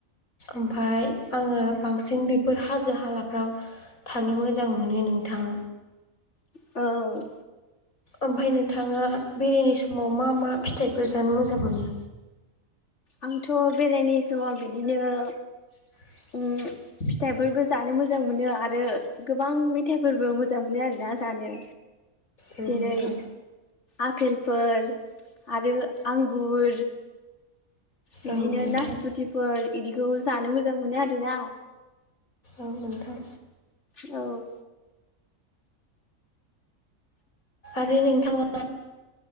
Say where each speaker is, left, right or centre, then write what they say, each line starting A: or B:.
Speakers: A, on the left; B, on the left.
A: ओमफाय आङो बांसिन बेफोर हाजो हालाफ्राव थानो मोजां मोनो नोंथां
B: औ
A: ओमफ्राय नोंथाङा बेरायनाय समाव मा मा फिथाइफोर जानो मोजां मोनो
B: आंथ' बेरायनाय समाव बिदिनो
A: <inaudible>
B: उम फिथाइफोरबो जानो मोजां मोनो आरो गोबां मेथाइफोरबो मोजां मोनो आरोना जानो
A: औ
B: जेरै
A: नोंथां
B: आपेलफोर आरो आंगुर बिदिनो
A: औ नोंथां
B: नासपुथिफोर इदिखौ जानो मोजां मोनो आरोना
A: औ नोंथां
B: औ
A: आरो नोंथाङा